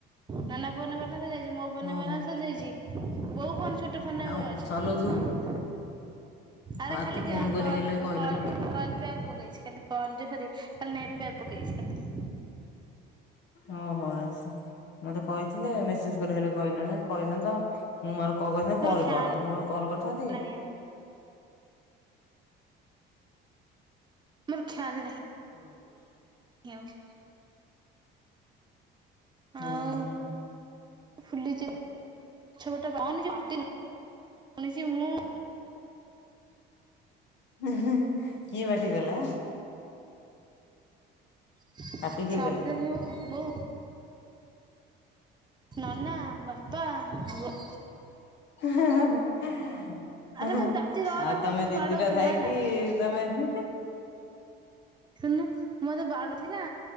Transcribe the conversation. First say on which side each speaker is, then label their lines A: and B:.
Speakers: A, on the right (about 20°); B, on the left (about 65°).
A: ନାନା ଫୋନ ରେ ବାଲାନ୍ସ ସରିଯାଇଛି, ମୋ ଫୋନ ରେ
B: ଓହୋ
A: ବାଲାନ୍ସ ଯାଇଛି, ବୋଉ ଫୋନ ଛୋ <unintelligible> ଫୋନ
B: ଆଉ
A: ଅଛି।
B: ଚଲଉଛୁ
A: ଆରେ
B: ଆଉ
A: ଖାଲିଗା
B: ତୁ ଫୋନ କରି
A: କଲ୍
B: ହେଲେ
A: କଲ୍
B: କହିଲୁନି
A: କଲ୍ ପ୍ୟାକ ପକେଇଛି, ଖାଲି। କଲ୍ ଜିବହାରି ଖାଲି ନେଟ ପ୍ୟାକ ପକେଇଛି ଖାଲି।
B: ଓହୋ ଆଛା, ମତେ କହିଥିଲେ ମେସେଜ କରି ହେଲେ କହିଲନି କହିଥାନ୍ତ। ମୁଁ ମୋର <unintelligible>
A: ମୋର
B: କଲ୍
A: ଖ୍ୟାଲ
B: କର, ମୁଁ ମୋର କଲ କରିଥାନ୍ତି।
A: ନାହିଁ ଆଉ ମୋର ଖ୍ୟାଲ ନାହିଁ।
B: <unintelligible>
A: <unintelligible>
B: ହଁ
A: ଆଉ
B: ହଁ।
A: ଫୁଲିଛି <unintelligible> ଶୁଣିଚି ମୁଁ।
B: ହୁଁ ହୁଁ ହୁଁ, କିଏ ପାଟି କଲା?
A: <unintelligible>
B: ପାଟି କିଏ କଲାରେ
A: ବୋଉ ନନା ବାପା ବୋ
B: <inaudible>
A: ଆରେ
B: ଆହା
A: ତାକୁ ଡାକୁଚି ରହ
B: ଆଉ
A: ରହ ବୋଲି
B: ତମେ
A: ମତେ
B: ଦିଦି
A: ବାଡଉଥିଲା
B: ଟା ଥାଇକି
A: ହେଲା
B: ତୁମେ ହେମିତି।
A: ଶୁଣୁନ ମତେ ବାଡ଼ଥିଲା।